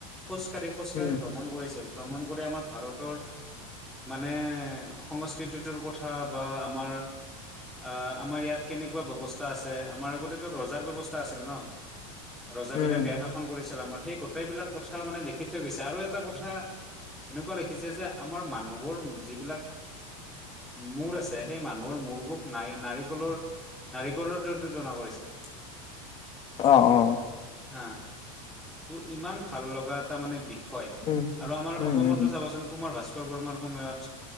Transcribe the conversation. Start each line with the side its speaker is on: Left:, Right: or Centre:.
Centre: খোজকাঢ়ি খোজ
Left: উম
Centre: খোজ কাঢ়ি ভ্ৰমণ কৰিছিল। ভ্ৰমণ কৰি আমাৰ ভাৰতৰ মানে সংস্কৃতিটোৰ কথা বা আমাৰ অ আমাৰ ইয়াত কেনেকুৱা ব্যৱস্থা আছে, আমাৰ আগতেটো ৰজাৰ ব্যৱস্থা আছিল ন। ৰজাবিলাকেহে
Left: উম উম
Centre: শাসন কৰিছিল আমাক। সেই গোটেইবিলাক কথা মানে লিখি থ গৈছে আৰু এটা কথা এনেকুৱা লিখিছে যে আমাৰ মানুহৰ যিবিলাক মূৰ আছে সেই মানুহৰ মূৰবোক নাৰ নাৰিকলৰ নাৰিকলৰ দৰে <unintelligible> তুলনা কৰিছে।
Left: অ, অ।
Centre: হা ত' ইমান ভাল লগা এটা মানে বি হয়
Left: উম
Centre: আৰু আমাৰ
Left: উম
Centre: অসমতো
Left: উম
Centre: চাবাচোন কুমাৰ ভাস্কৰ বৰ্মাৰ সময়ত